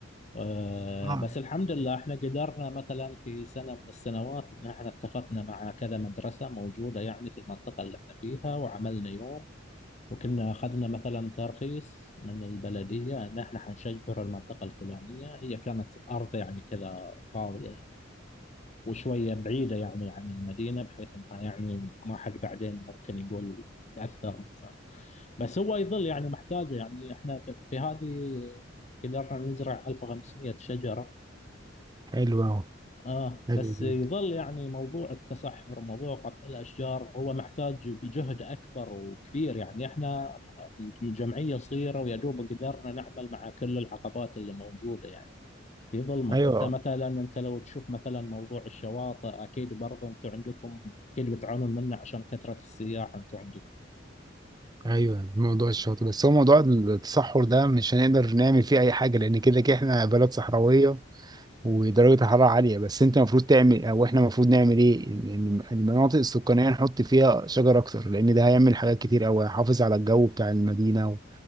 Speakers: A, on the left (about 35°); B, on the right (about 20°).
A: آه،
B: اه
A: بس الحمد لله احنا قدرنا مثلا في سنه من السنوات ان احنا اتفقنا مع كذا مدرسه موجوده يعني في المنطقه اللي احنا فيها وعملنا يوم وكنا اخذنا مثلا ترخيص من البلديه ان احنا حنشجر المنطقه الفلانيه هي كانت ارض يعني كذا فاضيه وشوية بعيدة يعني عن المدينة بحيث انها يعني ما حد بعدين ممكن يقول تأثر بس هو يظل يعني محتاجة يعني احنا في, في هذه قدرنا نزرع 1500 شجرة
B: حلو اهو
A: اه
B: حلو
A: بس
B: جدا
A: يظل يعني موضوع التصحر موضوع قطع الأشجار هو محتاج بجهد أكبر وكبير يعني احنا الجمعية صغيرة ويا دوب قدرنا نعمل مع كل العقبات اللي موجودة يعني في ظلمة
B: ايوه
A: حتى مثلا أنت لو تشوف مثلا موضوع الشواطئ أكيد برضه أنتم عندكم أكيد بتعانون منه عشان كثرة السياح أنتم عندكم
B: ايوه موضوع الشاطئ بس هو موضوع التصحر ده مش هنقدر نعمل فيه اي حاجه لان كده كده احنا بلد صحراويه ودرجه الحراره عاليه بس انت المفروض تعمل او احنا المفروض نعمل ايه إن- إن المناطق السكانيه نحط فيها شجر اكتر لان ده هيعمل حاجات كتير قوي هيحافظ على الجو بتاع المدينه